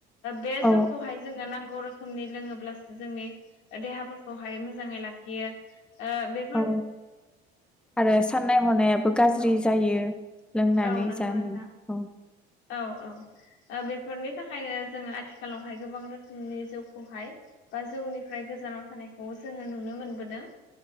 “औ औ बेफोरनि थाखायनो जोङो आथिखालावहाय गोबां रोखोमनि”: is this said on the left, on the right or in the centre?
Left